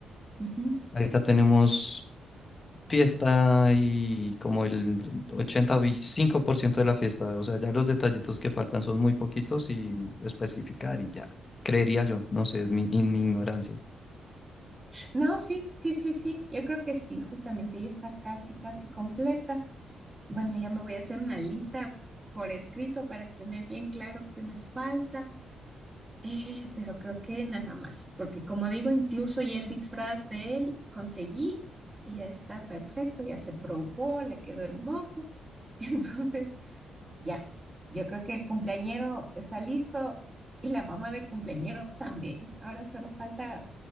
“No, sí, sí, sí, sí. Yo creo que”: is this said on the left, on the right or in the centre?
Right